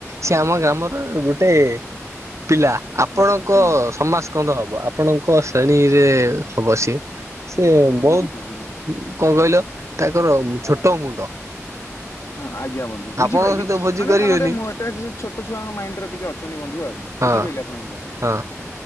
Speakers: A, on the right; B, on the left.
A: ସେ ଆମ ଗ୍ରାମର ଗୋଟେ ପିଲା। ଆପଣଙ୍କ
B: ବା ହଁ
A: ସମାଜ କନ୍ଦ ହବ ଆପଣଙ୍କ ଶ୍ରେଣୀରେ ହବ ସିଏ। ସେ
B: ହଁ
A: ବହୁତ
B: ବୁଝିପାରିଲି ବନ୍ଧୁ
A: କଣ କହିଲ ତାଙ୍କର ଛୋଟ ମୁଣ୍ଡ।
B: ହଁ ଆଜ୍ଞା ବନ୍ଧୁ ବୁଝିପାଇଲି
A: ଆପଣଙ୍କ ସହିତ ଭୋଜି
B: ମାନେ
A: କରିବେନି
B: ତାଙ୍କେ ଟିକେ ଛୋଟ ଛୁଆଙ୍କ ମାଇଣ୍ଡ ରେ ଟିକେ ଅଛନ୍ତି ବନ୍ଧୁ ଆଉ।
A: ହଁ
B: ବୁଝିପାଇଲେ ଆପଣଙ୍କ କଥା।
A: ହଁ।